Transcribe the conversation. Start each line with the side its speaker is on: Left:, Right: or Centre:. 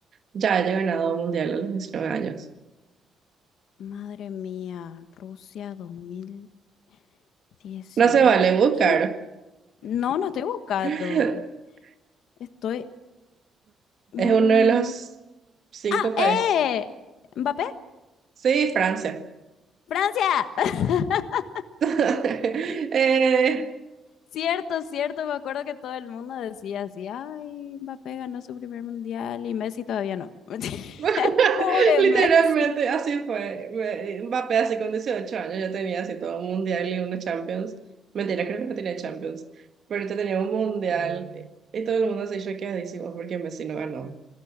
Right: ya haya ganado un mundial a los diecinueve años.
Left: Madre mía, Rusia dos mil dieciocho
Right: No se vale buscar.
Left: ¿Quién? No, no estoy buscando.
Right: <laughs>
Left: Estoy. mm,
Right: Es uno de los cinco
Left: ¡Ah! ¡Eh!
Right: países.
Left: ¿Mbappé?
Right: Sí, Francia.
Left: ¡Francia! <laughs>
Right: <laughs> Eh,
Left: Cierto, cierto, me acuerdo que todo el mundo decía así, ay, Mbappé ganó su primer mundial y Messi todavía no. <laughs>
Right: <laughs>
Left: Pobre
Right: Literalmente
Left: Messi.
Right: así fue. Me- Mbappé así con 18 años ya tenía así todo un mundial y una Champions. Mentira, creo que no tenía Champions, pero ya tenía un mundial eh, y todo el mundo se choqueadísimo porque Messi no ganó.